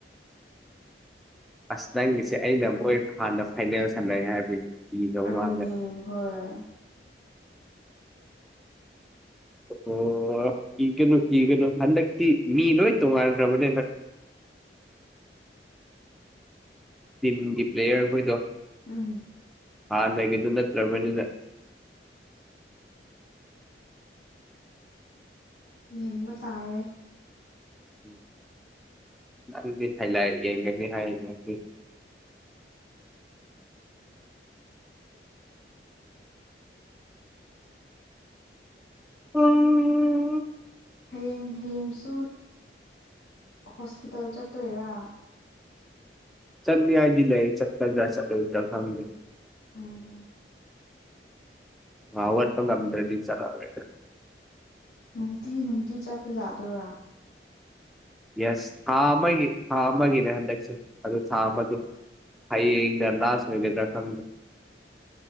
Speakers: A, in the centre; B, on the left.
A: ꯑꯁ ꯅꯪꯒꯤꯁꯦ ꯑꯩꯅ ꯃꯣꯏ ꯍꯥꯟꯅ ꯐꯥꯏꯅꯦꯜ ꯁꯥꯟꯅꯩꯦ ꯍꯥꯏꯕꯒꯤ ꯀꯤꯈ꯭ꯔꯕ
B: ꯑꯗꯨꯅꯤ
A: ꯃꯥꯜꯂꯦ
B: ꯍꯣꯏ
A: ꯑꯣ ꯏ ꯀꯩꯅꯣ ꯀ ꯀꯩꯅꯣ ꯍꯥꯟꯗ ꯃꯤ ꯅꯣꯏ ꯇꯣ ꯀ ꯃꯅꯤ
B: <unintelligible>
A: ꯇꯤꯝꯒꯤ ꯄ꯭ꯂꯦꯌꯔ ꯍꯈꯣꯏꯗꯣ
B: ꯎꯝ
A: ꯑꯥ ꯅꯒꯗꯤꯅ ꯇ꯭ꯔꯃꯦꯅꯤ
B: ꯌꯦꯡꯕ ꯇꯥꯔꯦ
A: ꯎꯝ ꯅꯪꯗꯤ ꯍꯥꯏ ꯂ ꯌꯦꯡꯒꯕꯤ ꯍꯥꯏ ꯑꯗꯨ ꯑꯗꯨꯗ ꯎꯝ
B: ꯍꯌꯦꯡ ꯍꯌꯦꯡꯁꯨ ꯍꯣꯁꯄꯤꯇꯥꯜ ꯆꯠꯇꯣꯏꯔꯥ
A: ꯆꯠꯅꯤ ꯍꯥꯏꯗꯤ ꯂꯩ ꯆꯠꯀꯗ꯭ꯔꯥ ꯆꯠꯂꯣꯏꯗ ꯈꯪꯗꯦ
B: ꯎꯝ
A: ꯑꯋꯥꯇꯣ ꯅꯟ꯭ꯔꯦ ꯆꯔꯔꯦꯗ
B: ꯅꯨꯡꯇꯤ ꯅꯨꯡꯇꯤ ꯆꯠꯄꯂꯥꯗꯔꯥ
A: ꯌꯦꯁ ꯊꯥ ꯑꯃꯒꯤ ꯊꯥ ꯑꯃꯒꯤꯅꯦ ꯍꯟꯗꯛꯁꯦ ꯑꯗꯨ ꯊꯥ ꯑꯃꯗꯣ ꯍꯌꯦꯡ ꯂꯥꯁ ꯃꯒꯦꯇꯈꯗ